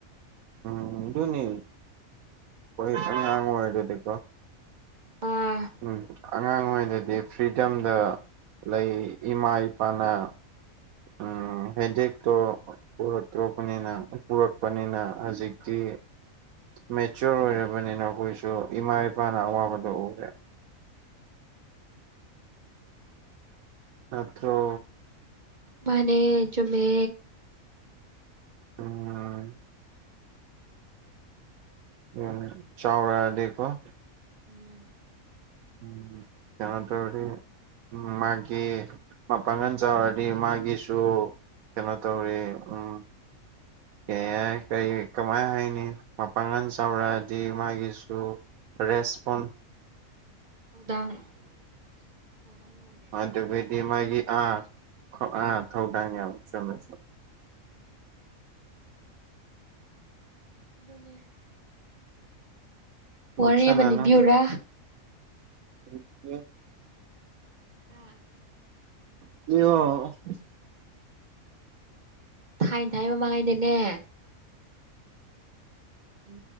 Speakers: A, on the right; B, on the right.
A: ꯎꯝ ꯑꯗꯨꯅꯤ <unintelligible> ꯉꯥꯡꯉꯥꯛ ꯑꯣꯏ ꯑꯗꯨꯗꯤꯀꯣ
B: ꯑꯥ
A: ꯎꯝ ꯑꯉꯥꯡ ꯑꯣꯏꯔꯥꯗꯤ ꯐ꯭ꯔꯤꯗꯝꯗ ꯂꯩ ꯏꯃꯥ ꯏꯄꯥꯅ
B: <inaudible>
A: ꯎꯝ ꯍꯦꯗꯦꯛꯇꯣ ꯄꯨꯔꯛꯇ꯭ꯔꯕꯅꯤꯅ ꯄꯨꯔꯛꯄꯅꯤꯅ ꯍꯧꯖꯤꯛꯇꯤ ꯃꯦꯆꯣꯔ ꯑꯣꯏꯔꯕꯅꯤꯅ ꯑꯩꯈꯣꯏꯁꯨ ꯏꯃꯥ ꯏꯄꯥꯅ ꯑꯋꯥꯕꯗꯣ ꯎꯔꯦ ꯅꯠꯇ꯭ꯔꯣ
B: ꯃꯥꯅꯦ ꯆꯨꯝꯃꯦ
A: ꯎꯝ ꯎꯝ ꯆꯧꯔꯛꯑꯗꯤꯀꯣ
B: <inaudible>
A: ꯎꯝ ꯌꯥꯗꯔꯦ ꯎꯝ ꯃꯥꯒꯤ ꯃꯄꯥꯡꯒꯟ ꯆꯥꯎꯔꯛ ꯑꯗꯤ ꯃꯥꯒꯤꯁꯨ ꯀꯩꯅꯣ ꯇꯧꯌꯦ ꯎꯝ
B: <inaudible>
A: ꯑꯦ ꯀꯔꯤ ꯀꯃꯥꯏ ꯍꯥꯏꯅꯤ ꯃꯄꯥꯡꯒꯜ ꯆꯥꯎꯔꯛꯑꯗꯤ ꯃꯥꯒꯤꯁꯨ ꯔꯦꯁꯄꯣꯟ
B: ꯅꯨꯡꯗꯥꯡ <unintelligible>
A: ꯑꯗꯨꯒꯩꯗꯤ ꯃꯥꯒꯤ ꯑꯥ ꯑꯥ ꯊꯧꯗꯥꯡ ꯌꯥꯝꯅ ꯆꯨꯝꯃꯦ ꯆꯨꯝꯃꯦ
B: <inaudible> ꯑꯗꯨꯅꯦ
A: ꯅꯣꯛꯁꯟꯅꯅꯨ
B: ꯋꯥꯔꯤ ꯑꯃ ꯂꯤꯕꯤꯌꯨꯔꯥ
A: <unintelligible>
B: ꯍꯥ
A: <unintelligible>
B: ꯊꯥꯏ-ꯊꯥꯏ ꯃꯃꯥꯡꯉꯩꯗꯅꯦ ꯎꯝ